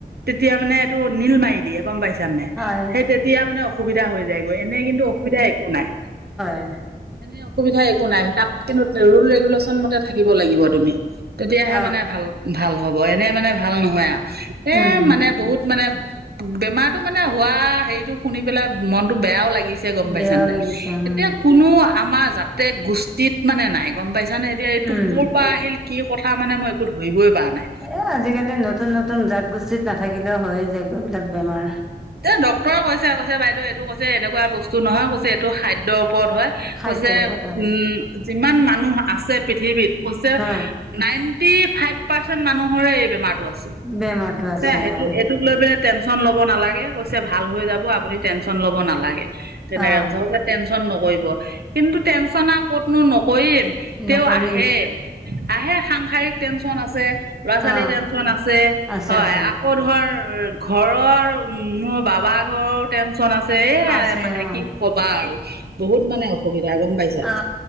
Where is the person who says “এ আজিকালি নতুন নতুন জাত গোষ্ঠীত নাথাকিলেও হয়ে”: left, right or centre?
Centre